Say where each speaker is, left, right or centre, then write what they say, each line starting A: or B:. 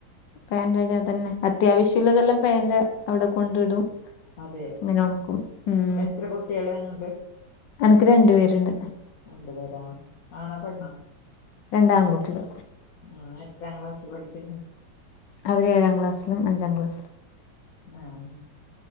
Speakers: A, on the left; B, on the left.
A: <unintelligible> അത് അത്യാവശ്യള്ളതെല്ലാം ഫാനിന്റെ അവിടെ കൊണ്ടു ഇടും
B: അതെ
A: അങ്ങനെ ഒണക്കും ഉം
B: എത്ര കുട്ടികള് നിങ്ങക്ക്
A: എനക്ക് രണ്ടു പേരുണ്ട്
B: രണ്ടു പേരാ ആണാ പെണ്ണോ?
A: രണ്ടാൺ കുട്ടികള്
B: ആഹ് എത്രാം ക്ലാസ്സിൽ പഠിക്കുന്നു
A: അവര് ഏഴാംക്ലാസ്സിലും അഞ്ചാം ക്ലാസിലും
B: ആഹ്